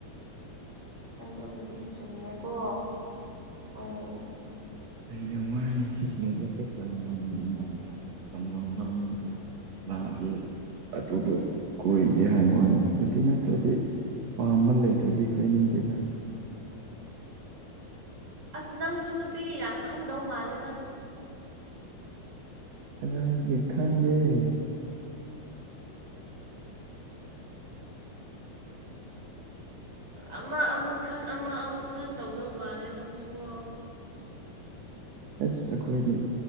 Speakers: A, on the right; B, on the right.
A: ꯑꯗꯨꯕꯨꯗꯤ ꯆꯨꯝꯃꯦꯕꯣ ꯍꯣꯏ
B: ꯍꯌ‌ꯦꯡꯋꯥꯏ ꯂꯩꯕꯛꯇ ꯇꯝꯂꯝꯕ ꯑꯃꯗ‌ꯣ ꯇꯝꯂꯝꯕ ꯑꯃꯗꯨ ꯂꯥꯛꯑꯗꯤ ꯑꯗꯨꯗꯣ ꯀꯣꯏꯒꯦ ꯍꯥꯏꯕ ꯋꯥꯅꯤ ꯑꯗꯨ ꯅꯠꯇ꯭ꯔꯗꯤ ꯄꯥꯝꯕ ꯂꯩꯇ꯭ꯔꯗꯤ ꯈꯣꯏꯅꯤꯡꯗꯦꯗ
A: ꯑꯁ ꯅꯪꯁꯨ ꯅꯨꯄꯤ ꯌꯥꯝ ꯈꯟꯗꯧ ꯃꯥꯜꯂꯦꯗ
B: ꯀꯗꯥꯏꯗꯒꯤ ꯈꯪꯗ‌ꯦ
A: ꯑꯃ ꯑꯃꯨꯛ ꯈꯟ ꯑꯃ ꯑꯃꯨꯛ ꯈꯟ ꯇꯧꯗꯧ ꯃꯥꯜꯂꯦ ꯅꯪꯁꯨꯀꯣ
B: ꯑꯁ ꯑꯩꯈꯣꯏꯗꯤ